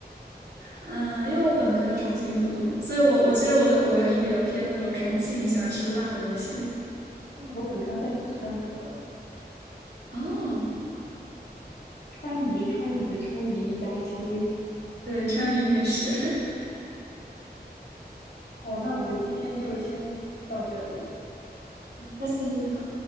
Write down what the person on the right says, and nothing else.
啊，因为我本科在重庆读的嘛，所以我我其实我的口味还是比较偏那种重庆喜欢吃辣的那些。
哦，
对，川渝美食。<laughs>
下次聊。